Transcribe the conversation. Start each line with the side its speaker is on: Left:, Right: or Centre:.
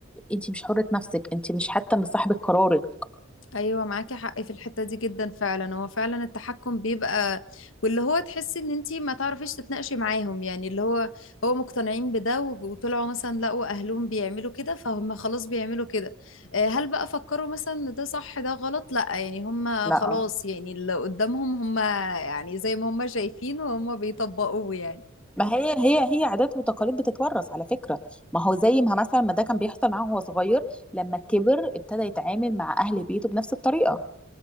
Centre: انت مش حره نفسك انت مش حتى من صاحبه قرارك
Left: ايوه معاكي حق في الحته دي جدا فعلا هو فعلا التحكم بيبقى واللي هو تحسي ان انتي ما تعرفيش تتناقشي معاهم يعني اللي هو هو مقتنعين بده و- وطلعوا مثلا لقوا اهلهم بيعملوا كده فهم خلاص بيعملوا كده آه، هل بقى فكروا مثلا إن ده صح ده غلط لا يعني هم
Centre: لا
Left: خلاص يعني اللي قدامهم هم يعني زي ما هم شايفين وهم بيطبقوه يعني
Centre: ما هي هي هي عادات وتقاليد بتتورث على فكرة ما هو زي ما مثلا ما ده كان بيحصل معاه وهو صغير لما كبر ابتدى يتعامل مع أهل بيته بنفس الطريقة